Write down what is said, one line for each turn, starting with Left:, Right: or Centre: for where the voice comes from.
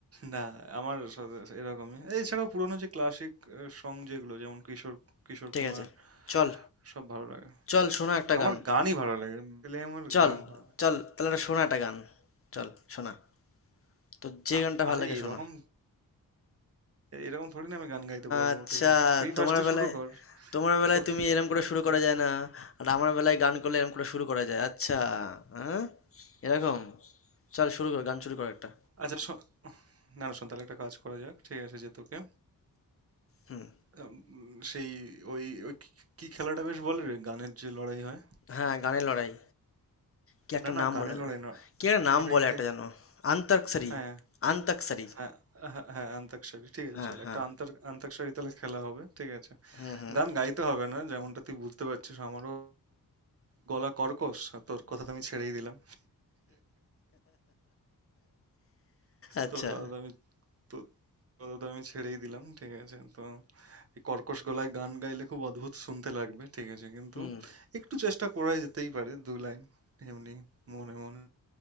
Right: না আমার সাথে এরকমই এছাড়াও পুরোনো যে ক্লাসিক সং যেগুলো যেমন কিশোর কিশোর
Left: ঠিক
Right: কুমার
Left: আছে চল
Right: সব ভালো লাগে
Left: চল শোনা একটা
Right: আমার
Left: গান
Right: গানই ভালো লাগে গেলে আমার
Left: চল
Right: গান ভালো লাগে
Left: চল তাহলে একটা শোনা একটা গান চল শোনা তো যে
Right: আ-
Left: গানটা ভালো
Right: আরে
Left: লাগে
Right: এরকম
Left: শোনা
Right: এরকম থোড়ি না আমি গান গাইতে পারবো
Left: আচ্ছা
Right: ঠিক আছে তুই ফার্স্টে
Left: তোমার বেলায়
Right: শুরু কর
Left: তোমার বেলায়
Right: তোকে
Left: তুমি এরম করে শুরু করা যায় না আর আমার বেলায় গান করলে এরম করে শুরু করা যায় আচ্ছা হ্যাঁ এরকম চল শুরু কর গান শুরু কর একটা
Right: আচ্ছা শো- না না শোন তাহলে একটা কাজ করা যাক ঠিক আছে যে তোকে
Left: হুম
Right: উম, সেই ওই ওই কি কি খেলাটা বেশ বলে রে গানের যে লড়াই হয়
Left: হ্যাঁ গানের লড়াই কি একটা
Right: না না
Left: নাম
Right: গানে
Left: বলে
Right: লড়াই না
Left: কি একটা নাম
Right: ওটা
Left: বলে
Right: কি
Left: একটা
Right: এক-
Left: যেন আন্তাক্ষরী
Right: হ্যাঁ
Left: আন্তাক্ষরী
Right: হ্যাঁ হ্যাঁ হ্যাঁ আন্তাক্ষরী ঠিক আছে
Left: হ্যাঁ
Right: চল
Left: হ্যাঁ
Right: একটা আন্তর আন্তাক্ষরী তাহলে খেলা হবে ঠিক আছে
Left: হুম হুম
Right: গান গাইতে হবে না যেমনটা তুই বুঝতে পারছিস আমারও গলা কর্কশ আর তোর কথা তো আমি ছেড়েই দিলাম
Left: আচ্ছা
Right: তোর কথা তো আমি তো কথা তো আমি ছেড়েই দিলাম ঠিক আছে তো এই কর্কশ গলায় গান গাইলে খুব অদ্ভুত শুনতে লাগবে ঠিক আছে কিন্তু
Left: হুম
Right: একটু চেষ্টা করাই যেতেই পারে দু লাইন এমনি মনে মনে